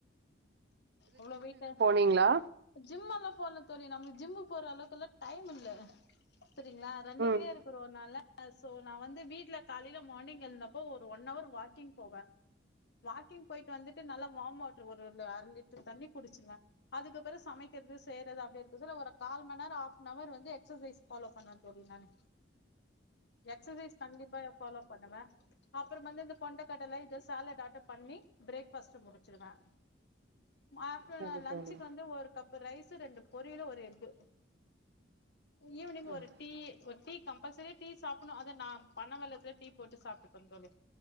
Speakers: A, on the left; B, on the right.
A: அவ்ளோ வெய்ட்டா
B: நீங்ளா
A: ஜிம் எல்லா போல தோழி நம்மளுக்கு ஜிம்மு போற அளவுக்குல்லா டைம் இல்ல செரிங்களா ரன்னிங்லே
B: ம்
A: இருக்கறோ னாலா சோ நா வந்து வீட்ல காலேல மார்னிங் எழுந்தப்போ ஒரு வன் ஹவர் வாக்கிங் போவெ வாக்கிங் போய்ட்டு வந்துட்டு நல்லா வாம் வாட்ரு ஒரு அந் அர லிட்டர் தண்ணி குடிச்சிருவ அதுக்கப்பறோ சமக்கெற்து செய்றது அப்டி இருக்க சொல்ல ஒரு கால் மண் நேரோ ஆஃப்னவர் வந்து எக்சசைஸ் ஃபாலோ பண்ணுவ தோழி நானு எக்சசைஸ் கண்டிப்பா எ ஃபாலோ பண்ணுவ அப்றம் வந்து இந்த கொண்டைக்கடல இத சாலட் ஆட்டம் பண்ணி பிரேக் பாஸ்ட் முடிச்சுருவன் மாட்டர்
B: சரி
A: நா லன்சுக்கு
B: தோழி
A: வந்து ஒரு கப் ரைஸ்ஸு ரெண்டு பொரியலு ஒரு எக்கு ஈவினிங்
B: ம்ஹ்ம்.
A: ஒரு டீ ஒரு டீ கம்பல்சரியா டீ சாப்பணு அதா நா பனவெள்ளத்துல டீ போட்டு சாப்ட்டுப்ப தோழி